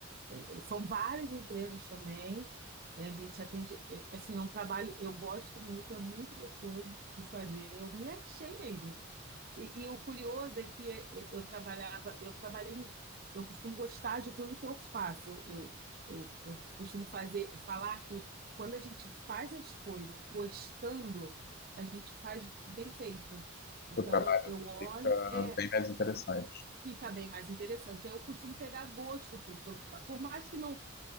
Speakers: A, on the right; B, on the left.
A: É, é, são várias empresas também. É, a gente atende. é, assim, é um trabalho eu gosto muito, é muito gostoso de fazer. Eu me achei mesmo. E, e o curioso é que eh, eh, eu trabalhava, eu trabalhei, em- eu costumo gostar de tudo que eu faço. Eu, eu, eu, eu costumo fazer, falar que quando a gente faz as coisas gostando, a gente faz bem feito. Então
B: o trabalho
A: eu olho,
B: fica
A: é,
B: bem mais interessante.
A: fica bem mais interessante. Aí Eu costumo pegar gosto pe- pelo, que eu faço. Por mais que não